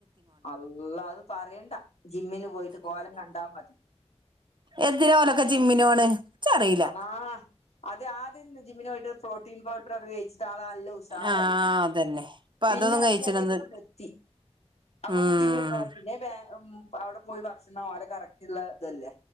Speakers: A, on the left; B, on the right.
A: അള്ളാ അത് പറയണ്ട ജിമ്മിന് പോയിട്ട് കോലം കണ്ടാ മതി
B: എന്തിനാ ഓലൊക്കെ ജിമ്മിനോണ് ഇച്ചറീല
A: ആഹ് അത് ആദ്യം ജിമ്മിനു പോയിട്ട് പ്രോട്ടീൻ പൗഡറൊക്കെ കഴിച്ച് ട്ടാള് നല്ല ഉഷാറായിരുന്നു
B: ആഹ് അതന്നെ ഇപ്പൊ
A: പിന്നെ
B: അതൊന്നും
A: അതിന്റെടെക്കൂട്ടി
B: കഴിച്ച്ണത്
A: നിർത്തി അപ്പൊ
B: ഉം
A: കുട്ടിയുടെ കോലം പിന്നേം ബേം അവിടെ പോയി ഭക്ഷണം ഓലെ കറക്റ്റുള്ള ഇതല്ലേ